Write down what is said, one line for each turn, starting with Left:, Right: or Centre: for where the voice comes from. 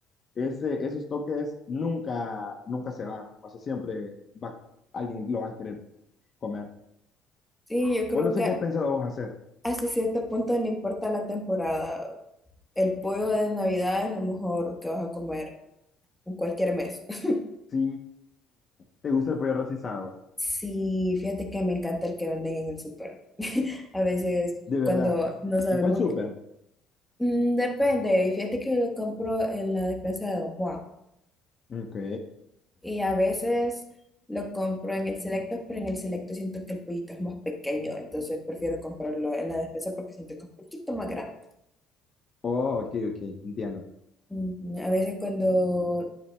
Left: ese, esos toques nunca, nunca se van. O sea, siempre va, alguien lo va a querer comer.
Centre: sí, yo creo
Left: O no sé
Centre: que
Left: qué has pensado vos hacer.
Centre: hasta cierto punto no importa la temporada. El pollo de Navidad es lo mejor que vas a comer en cualquier mes. <laughs>
Left: Si te gusta el pollo rostizado,
Centre: Sí, fíjate que me encanta el que venden en el súper. <laughs> A veces
Left: de verdad.
Centre: cuando no sabemos,
Left: ¿En cuál súper?
Centre: Mm, depende. y Fíjate que lo compro en la despensa de Don Juan.
Left: Ok.
Centre: Y a veces lo compro en el Selecto, pero en el Selecto siento que el pollito es más pequeño, entonces prefiero comprarlo en la despensa porque siento que es un poquito más grande.
Left: Oh, ok, ok, entiendo.
Centre: Ujú, A veces cuando